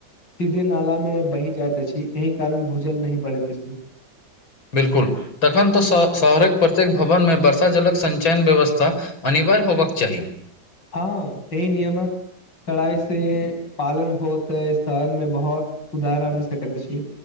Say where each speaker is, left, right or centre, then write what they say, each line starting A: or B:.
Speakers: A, on the left (about 65°); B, on the left (about 85°).
A: सीधे नाला में बहि जाइत अछि एहि कारण भूजल नही बढ़ैत अछि
B: बिल्कुल तखन तऽ शहरक प्रत्येक भवनमे वर्षा जलक संचयन व्यवस्था अनिवार्य होबबाक चाही
A: हँ एहि नियमक कड़ाई से पालन हो तऽै शहर में बहुत सुधार आ सकैत अछि